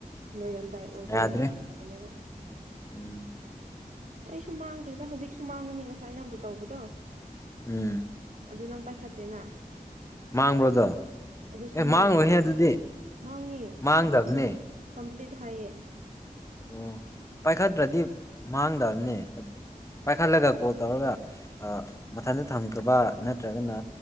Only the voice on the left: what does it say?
ꯌꯥꯗ꯭ꯔꯦ
ꯎꯝ
ꯎꯝ
ꯃꯥꯡꯕ꯭ꯔꯣꯗꯣ
ꯑꯦ
ꯃꯥꯡꯂꯣꯏꯍꯦ ꯑꯗꯨꯗꯤ
ꯃꯥꯡꯗꯕꯅꯦ
ꯑꯣ ꯄꯥꯏꯈꯠꯇ꯭ꯔꯗꯤ ꯃꯥꯡꯗꯕꯅꯦ ꯄꯥꯏꯈꯠꯂꯒ ꯀꯣꯜ ꯇꯧꯔꯒ ꯃꯊꯟꯇ ꯊꯝꯒꯕ ꯅꯠꯇ꯭ꯔꯒꯅ